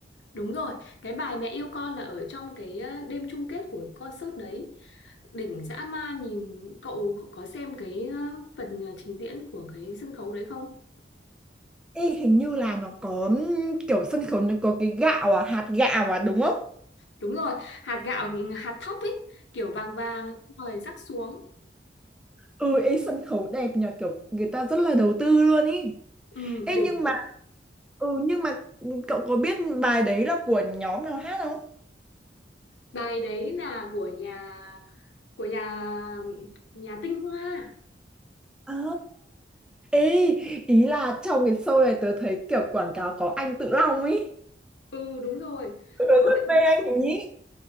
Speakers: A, on the left (about 75°); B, in the centre.
A: Đúng rồi, cái bài Mẹ yêu con là ở trong cái ờ, đêm chung kết của concert đấy. Đỉnh dã man nhìn cậu có xem cái ờ, phần ờ, trình diễn của cái sân khấu đấy không?
B: Ê, hình như là nó có ừm, kiểu sân khấu nó có cái gạo à, hạt gạo à đúng không?
A: đúng rồi hạt gạo hạt thóc ấy kiểu vàng vàng xong rồi rắc xuống
B: ừ ý sân khấu đẹp nhờ kiểu người ta rất là đầu tư luôn ý
A: ừ,
B: Ê
A: đỉnh
B: nhưng mà ừ nhưng mà ừ, cậu có biết bài đấy là của nhóm nào hát không?
A: bài đấy là của nhà của nhà nhà Tinh Hoa
B: À, ê ý là trong cái show này tớ thấy kiểu quảng cáo có anh Tự Long ý
A: ừ đúng rồi
B: Tớ
A: Có
B: rất
A: anh,
B: mê anh ý